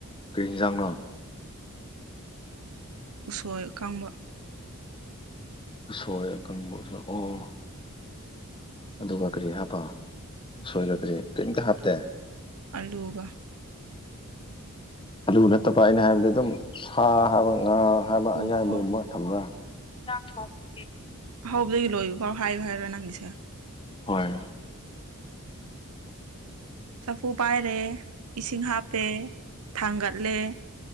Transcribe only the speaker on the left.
ꯀꯔꯤ ꯏꯪꯖꯥꯡꯅꯣ
ꯎꯁꯣꯏ ꯑꯀꯪꯕꯁꯨ ꯎꯁꯣꯏ ꯑꯣ ꯑꯣ ꯑꯗꯨꯒ ꯀꯔꯤ ꯍꯥꯞꯄ ꯎꯁꯣꯏꯒ ꯀꯔꯤ ꯀꯔꯤꯝꯇ ꯍꯥꯞꯇꯦ
ꯑꯂꯨ ꯅꯠꯇꯕ ꯑꯩꯅ ꯍꯥꯏꯕꯗꯤ ꯑꯗꯨꯝ ꯁꯥ ꯍꯥꯏꯕ ꯉꯥ ꯍꯥꯏꯕ
ꯑꯌꯥꯏꯕꯒꯨꯝꯕ ꯊꯝꯕ꯭ꯔ <unintelligible>
ꯍꯣꯏ